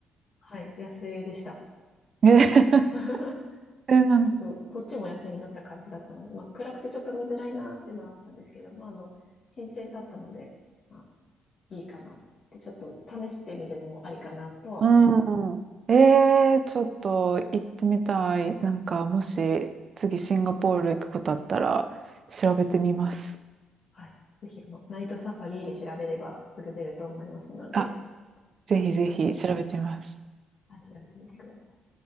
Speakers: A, on the left; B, on the right.
A: はい、野生でした。
B: <laughs>
A: あの <laughs>
B: ね、なん
A: ちょっと、こっちも野生になった感じだったので、まあ、暗くてちょっと見づらいなっていうのはあったんですけど、まあ、あの、新鮮だったので、まあ、いいかなって、ちょっと試してみるのもありかなとは思います。
B: うん。えー、ちょっと行ってみたい。なんかもし次シンガポール行くことあったら調べてみます。
A: はい。ぜひ、あの、ナイトサファリで調べればすぐ出ると思いますので、
B: あ、ぜひぜひ調べてみます。
A: 次回、はい。はい、調べてみてください。